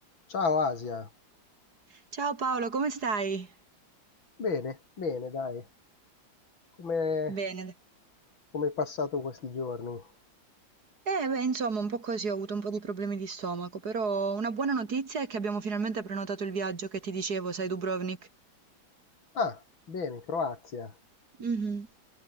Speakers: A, on the left; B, on the right.
A: Ciao Asia,
B: Ciao Paolo, come stai?
A: bene, bene, dai, come
B: Bene.
A: come hai passato questi giorni?
B: Eh, beh, insomma, un po' così, ho avuto un po' di problemi di stomaco, però una buona notizia è che abbiamo finalmente prenotato il viaggio che ti dicevo, sai, Dubrovnik.
A: Ah, bene, Croazia,
B: Mhm.